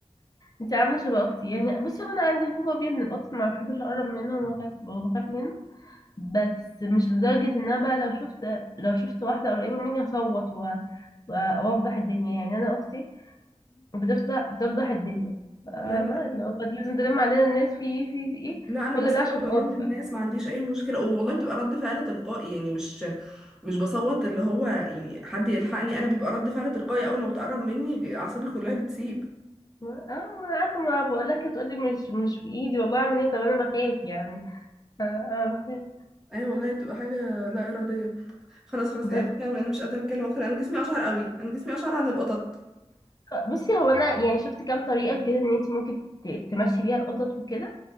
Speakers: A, on the left (about 35°); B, in the centre.
A: انت عاملة شبه اختي يعني بصي هو انا عندي فوبيا بيه من القطط ما بحبش اقرب منه وبخاف وبخاف منه بس مش لدرجة ان انا بقى لو شفت لو شفت واحدة قريبة مني هصوت و... و- وافضح الدنيا يعني انا اختي وبتفضح بتفضح الدنيا فاهمة
B: لا لا
A: اللي هو لازم تلم علينا الناس في ايه في إيه، في ايه
B: لا انا
A: كل
B: بصوت
A: ده عشان
B: والم
A: قطة
B: الناس ما عنديش اي مشكله والله بتبقى رد فعل تلقائي يعني مش مش بصوت اللي هو يعني حد يلحقني انا بيبقى رد فعل تلقائي اول ما بتقرب مني اعصابي كلها بتسيب
A: ما- اه ما انا عارفة ما بقول لك تقولي مش مش في ايدي والله اعمل ايه طب انا بخاف يعني آه آه بخاف
B: ايوه والله بتبقى حاجه لا اراديه خلاص خلاص يعني
A: بس
B: بتكلم انا مش قادره اتكلم اكتر انا جسمي اشعر قوي انا جسمي اشعر عن القطط
A: بصي هو انا يعني شفت كام طريقة كده ان انت ممكن ت- تمشي بيها القطط وكده